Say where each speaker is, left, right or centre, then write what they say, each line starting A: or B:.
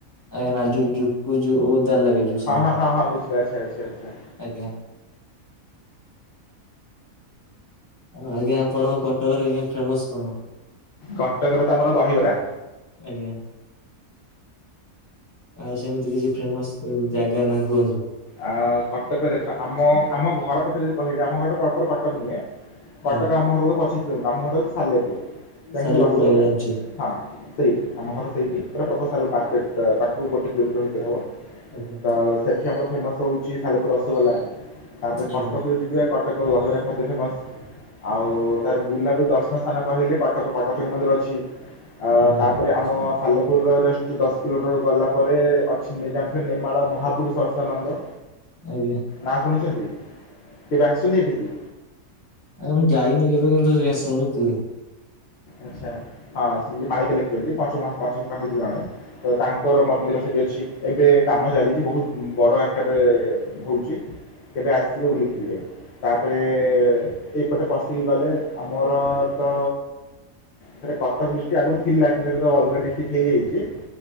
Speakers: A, on the left (about 15°); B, on the left (about 60°).
A: ଆଜ୍ଞା ଯୁ ଯୁ ଯୁ ଓଦା ଲାଗେ ଜଉ
B: ହଁ
A: ସଙ୍ଗ
B: ହଁ
A: ଟା
B: ହଁ ହଁ ବୁଝିଲି ଆଚ୍ଛା ଆଚ୍ଛା ଆଚ୍ଛା
A: ଆଜ୍ଞା। ଆଜ୍ଞା ଆପଣଙ୍କ କଟକରେ ଫେମସ କଣ?
B: କଟକରେ ତ ଆମର ଦହିବରା।
A: ଆଜ୍ଞା। ଆଉ ସେମିତି କିଛି ଫେମସ ଜାଗା ନା କୁହନ୍ତୁ?
B: ଆ କଟକ ଦେଖ ଆମ ଆମ ଘର ପାଖରେ ଯଦି କହିବେ ଆମ ଘରଟା ପ୍ରପର କଟକ ନୁହେଁ। କଟକ
A: ଆଜ୍ଞା।
B: ଆମ ଘର ପଚିଶ କିଲୋମିଟର ଆମ ଘର ହଉଛି ସାାଲେପୁର ଜାଣିଛନ୍ତି
A: ସାଲେପୁର
B: ରସ ଗୋଲା।
A: ଆଜ୍ଞା ଜାଣିଛି
B: ହଁ ସେଇଠି ଆମ ଘର ସେଇଠି <unintelligible> ମାର୍କେଟ। ପାଖକୁ ଗୋଟେ କିଲୋମିଟର ଭିତରେ ହେବ
A: ଆଜ୍ଞା
B: ତ ସେଠ ଫେମସ ହଉଛି ସାଲେପୁର ରସଗୋଲା ତାପରେ
A: ଆଜ୍ଞା
B: କଟକ ଯଦି ଯିବା କଟକ ଦହିବରା ଖାଦ୍ୟ ଫେମସ୍। ଆଉ ତାର ବୁଲାବୁଲି ଦର୍ଶନ ସ୍ଥାନ କହିଲେ କଟକ କଟଚରୀ ମନ୍ଦିର ଅଛି। ଅ
A: ଆଜ୍ଞା
B: ତା ପରେ ଆମ ସାଲପୁର ର ଜଷ୍ଟ ଦଶ କିଲୋମିଟର ଗଲା ପରେ ଅଚ୍ଛି ଜାଣିଥିବେ ନେମାଳ ମହାପୁରୁଷ ଅଛିତାନନ୍ଦ।
A: ଆଜ୍ଞା। ଆଜ୍ଞା
B: ନା ଶୁଣିଛନ୍ତି କେବେ ଆସିଛନ୍ତି ଏଠିକି?
A: ଆରେ ମୁଁ ଯାଇନି କେବେ କିନ୍ତୁ ସେ ଶୁଣିଥିଲି।
B: ଆଚ୍ଛା ହଁ ସେ ଯେ ମାଳିକା ଲେଖିଛନ୍ତି ପଞ୍ଚ ମାସ ପାଞ୍ଚଶଖା ହେଇଛି ଜଣେ। ତ ତାଙ୍କର ମନ୍ଦିର ସେଠି ଅଛି। ଏବେ କାମ ଚାଲିଛି ବହୁତ ବଡ ଆକରରେ ହଉଛି। କେବେ ଆସିଥିବେ ବୋଲିକି ଯିବେ ତାପରେ ଏଇପଟେ ପଶିକି ଗଲେ ଆମର ତ ସେଟା କଟକ ଡିଷ୍ଟିକ ଆଗରୁ ଥିଲା କିନ୍ତୁ ଏବେ ତ ଅଲଗା ଡିଷ୍ଟିକ୍ ହେଇଯାଇଛି।